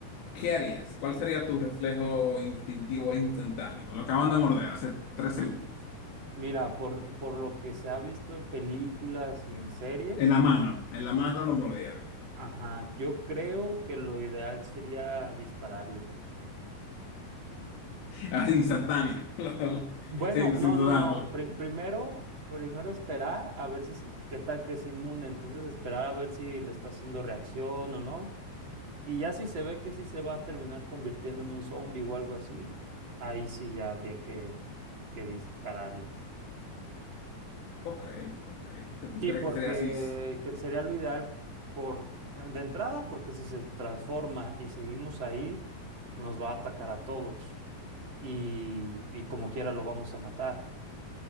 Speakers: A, on the left; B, on the right.
A: ¿qué harías? ¿Cuál sería tu reflejo instintivo instantáneo? Lo acaban de morder hace tres segundos.
B: Mira, por, por lo que se ha visto en películas y en series,
A: En la mano, en la mano lo mordieron.
B: ajá, yo creo que lo ideal sería dispararle.
A: Así instantánea, <laughs> la-
B: Bueno,
A: sin, sin
B: no,
A: dudarla.
B: no, no. Pri- primero, primero esperar a ver si, se- qué tal que es inmune. Entonces esperar a ver si le está haciendo reacción o no. Y ya si se ve que sí se va a terminar convirtiendo en un zombie o algo así, ahí sí ya habría que, que dispararle.
A: Ok, ok. Entonces, ¿Tú
B: Sí,
A: crees
B: porque
A: que sería así?
B: que sería lo ideal por de entrada, porque si se transforma y seguimos ahí, nos va a atacar a todos y, y como quiera lo vamos a matar.